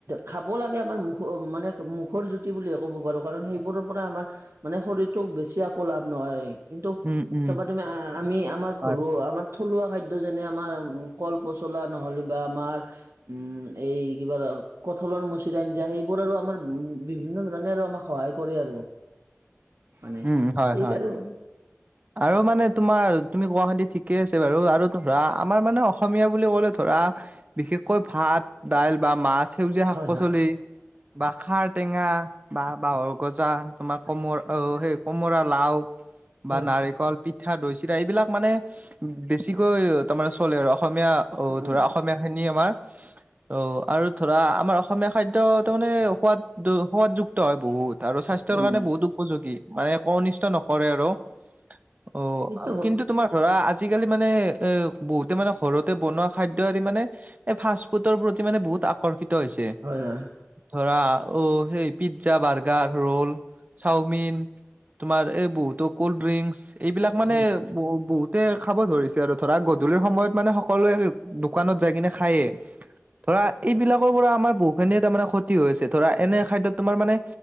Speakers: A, on the right (about 65°); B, on the right (about 30°).
A: খাব লাগে আমাৰ মুখ মানে মুখৰ জুতি বুলিয়ে ক'ব পাৰো কাৰণ সেইবোৰৰ পৰা আমাৰ মানে শৰীৰটোক বেছি একো লাভ নহয় কিন্তু
B: উম উম
A: চাবা তুমি আমি আমাৰ
B: হয়
A: ঘৰো আমাৰ থলুৱা খাদ্য যেনে আমাৰ কল পচলা নহলে বা আমাৰ উম এই কিবা কঠালৰ মুচি আঞ্জা সেইবোৰ আৰু আমাৰ উম বিভিন্ন ধৰণে আৰু আমাক সহায় কৰে আৰু। মানে
B: উম হয়
A: থিক
B: হয়
A: আৰু
B: আৰু মানে তোমাৰ তুমি গুৱাহাটী ঠিকে আছে বাৰু আৰু ধৰা আমাৰ মানে অসমীয়া বুলি ক'লে ধৰা বিশেষকৈ ভাত, দাইল বা মাছ, সেউজীয়া শাক-পাচলি।
A: হয় হয়
B: বা খাৰ টেঙা বা বাঁহৰ গজা, তোমাৰ কমৰ অ সেই কমৰা লাও, বা
A: হয়
B: নাৰিকল পিঠা, দৈ, চিৰা এইবিলাক মানে বেছিকৈ তাৰমানে চলে আৰু অসমীয়া অ
A: হয়
B: ধৰা অসমীয়াখিনি আমাৰ। অ আৰু ধৰা আমাৰ অসমীয়া খাদ্য তাৰমানে সোৱাদ সোৱাদযুক্ত হয় বহুত। আৰু স্বাস্থ্যৰ
A: উম
B: কাৰণে বহুত উপযোগী মানে একো অনিষ্ট নকৰে আৰু। অ
A: এইটো হ'ল
B: কিন্তু তোমাৰ ধৰা আজিকালি মানে এ বহুতে মানে ঘৰতে বনোৱা খাদ্য এৰি মানে এ ফাষ্ট ফুডৰ প্ৰতি মানে বহুত আকৰ্ষিত হৈছে।
A: হয় হয়
B: ধৰা অ সেই পিজ্জা, বাৰ্গাৰ, ৰোল, চাওমিন, তোমাৰ এবহুতো কল্ড ড্ৰিংকচ এইবিলাক মানে
A: হয়
B: ব বহুতে খাব ধৰিছে আৰু ধৰা গধূলিৰ সময়ত মানে সকলোৱে দোকানত যাই কিনে খায়ে ধৰা এইবিলাকৰ পৰা আমাৰ বহুখিনিয়ে তাৰ মানে ক্ষতি হৈ আছে। ধৰা এনে খাদ্য তোমাৰ মানে